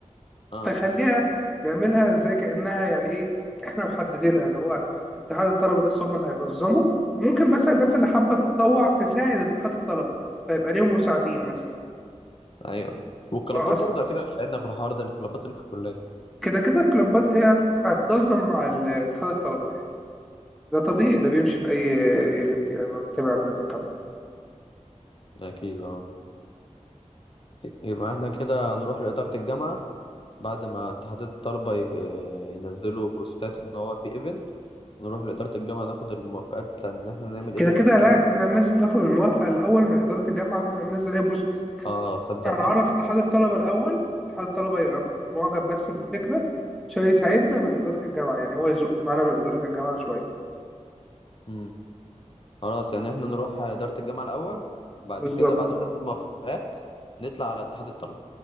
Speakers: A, on the left; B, in the centre.
A: اه
B: فخليها نعملها زي كانها يعني ايه احنا محددينها اللي هو اتحاد الطلبه بس هم اللي هينظموا وممكن مثلا الناس اللي حابه تتطوع تساعد اتحاد الطلبه فيبقى ليهم مساعدين مثلا
A: ايوه والكلابات
B: هو اصلا
A: برضو اكيد هتساعدنا في الحوار ده الكلابات اللي في الكلية
B: كده كده الكلوبات هي هتنظم مع اتحاد الطلبه يعني. ده طبيعي ده بيمشي في أي ايفنت يعني بتابع عندنا في الجامعة
A: اكيد اه يبقى احنا كده هنروح لإدارة الجامعة بعد ما اتحاد الطلبة ي- آه، ينزلوا بوستات إن هو في إيفنت نروح لإدارة الجامعة ناخد الموافقات بتاع إن إحنا نعمل
B: كده
A: إيفنت
B: كده
A: في المكان
B: لا
A: ده
B: لا لازم ناخد الموافقة الأول من إدارة الجامعة قبل ما ننزل أي بوست
A: آه صدق
B: هنعرف
A: صح
B: اتحاد الطلبة الأول واتحاد الطلبة يبقى معجب بس بالفكرة عشان يساعدنا من إدارة الجامعة يعني هو يزق معانا من إدارة الجامعة شوية
A: مم. خلاص يعني إحنا نروح إدارة الجامعة الأول بعد
B: بالظبط
A: كده بعد
B: اه
A: ما ناخد موافقات نطلع على اتحاد الطلبة